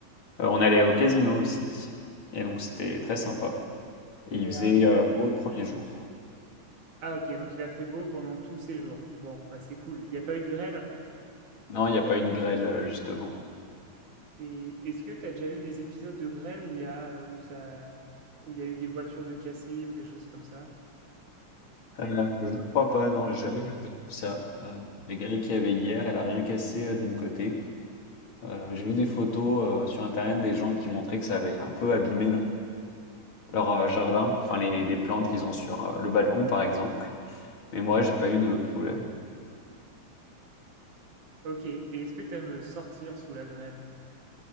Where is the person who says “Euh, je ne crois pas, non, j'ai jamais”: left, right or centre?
Left